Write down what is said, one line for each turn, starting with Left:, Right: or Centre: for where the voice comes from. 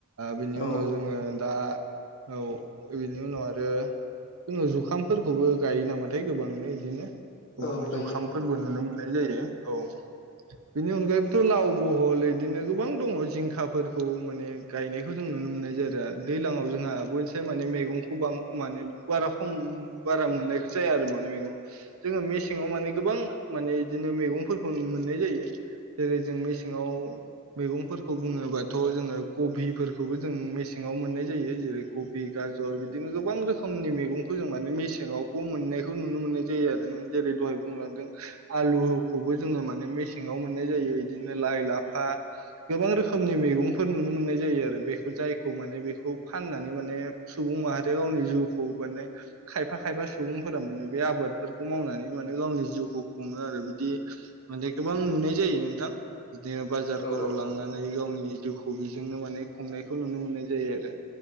Right: बिनि
Left: औ
Right: उनाव जोंङो दा औ इ बिनि उनाव आरो जोंङो जुखामफोरखौबो गायो नामाथाय गोबांनो इदिनो गोबां
Left: औ गायो
Right: जुखामफोरबो नुनो मोननाय जायो औ बेनि अनगायैबोथ' लाव ब बल बिदिनो गोबां दङ जिंखाफोरखौ माने गायनायखौ जों नुनो मोननाय ज आरो दैज्लांआव जोंहा बयनिसाय माने मैगंखौ बां माने बारा खम बारा मोननायखौ जाया आरो माने मैगंङा जोंङो मेसेंङाव माने गोबां माने बिदिनो मैगंफोरखौ मोननाय जायो जेरै जों मे सेङाव मैगंफोरखौ बुङोबाथ' जोंङो कबिफोरखौबो जों मेसेङाव मोननाय जायो जेरै कबि गाजर बिदिनो गोबां रोखोमनि मे गंखौ माने मेसेंआव मोननायखौ नुनो मोननाय जायो आरो नों जेरै दहाय बुंलांदों आलु खौबो जोंङो माने मेसेङाव मोननाय जायो बिदिनो लाय लाफा गोबां रोखनि मैंगंफोर नुनो मोननाय जायो आरो बेखौ जायखौ माने बेखौ फाननानै माने सुबुं माहारिया गावनि जिउखौ माने खायफा खायफा सुबुंफोरा माने बे आबाद बेफोरखौ मावनानै माने गावनि जिउखौ खुङो आरो बिदि माने गोबां नुनाय जायो नोंथां बिदिनो बाजारफोराव
Left: औ औ
Right: लांनानै गावनि जिउ बिजोंनो माने खुंनायखौ नुनो मोननाय जायो आरो